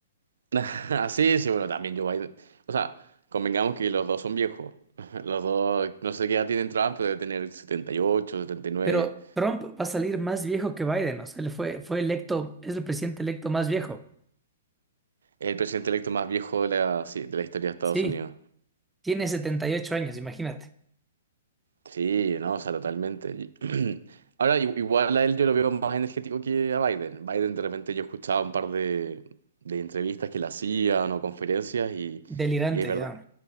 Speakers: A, on the right; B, in the centre.
A: <laughs> así, sí, bueno, también Joe Biden. O sea, convengamos que los dos son viejos. <laughs> Los dos, no sé qué edad tienen Trump, pero debe tener setenta setenta y ocho, setenta y nueve,
B: Pero Trump va a salir más viejo que Biden. O sea, él fue, fue electo, es el presidente electo más viejo.
A: Es el presidente electo más viejo de la, sí, de la historia de Estados
B: Sí,
A: Unidos.
B: tiene setenta y ocho años, imagínate.
A: Sí, no, o sea, totalmente. Y- <clears throat> Ahora, i- igual a él yo lo veo más energético que a Biden. Biden, de repente, yo escuchaba un par de, de entrevistas que le hacían o conferencias y,
B: Delirante
A: y es verdad,
B: ya.
A: que